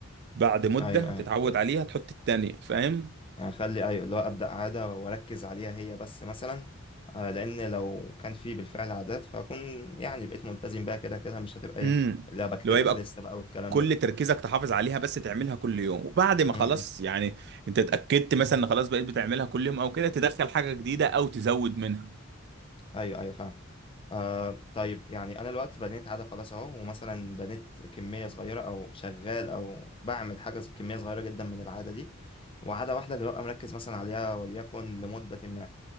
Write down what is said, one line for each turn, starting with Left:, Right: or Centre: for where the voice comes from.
Right: بعد مدة
Left: ايوه
Right: تتعود
Left: ايوه
Right: عليها تحط التانية فاهم؟
Left: يعني اخلي ايوه اللي هو ابدا عاده واركز عليها هي بس مثلا آه لان لو كان في بالفعل عادات فاكون يعني بقيت ملتزم بيها كده كده مش هتبقى ايه
Right: امم
Left: اللي أنا بكتبها
Right: اللي هو يبقى
Left: لسه بقى والكلام
Right: كل
Left: ده
Right: تركيزك تحافظ عليها بس تعملها كل يوم وبعد ما
Left: امم
Right: خلاص يعني انت اتأكدت مثلا ان خلاص بقيت بتعملها كل يوم او كده تدخل حاجة جديدة او تزود منها
Left: ايوه ايوه فاهم آه طيب يعني انا الوقت بنيت عاده خلاص اهو ومثلا بنيت كميه صغيره او شغال او بعمل حاجه ز- كميه صغيره جدا من العاده دي وعاده واحده اللي ببقى مركز مثلا عليها وليكن لمده ما